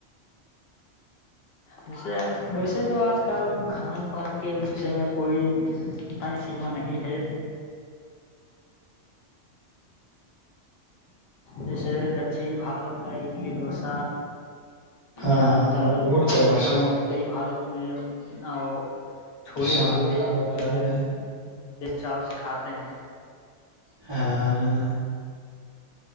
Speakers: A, on the left; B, on the right.
A: جیسے آج ویسے تو آج کل کھان پان کے وشے میں کوئی سیم نہیں ہے جیسے دکنی بھارت کا اڈلی ڈوسا
B: ہاں
A: یہاں زیادہاں
B: وہ بہت فیمس ہے
A: اتری بھارت اپنے اور چھوولے
B: شام
A: بھٹورے
B: بھر ہوتا
A: پورے
B: ہے
A: بچا اسے کھاتے ہیں
B: ہاں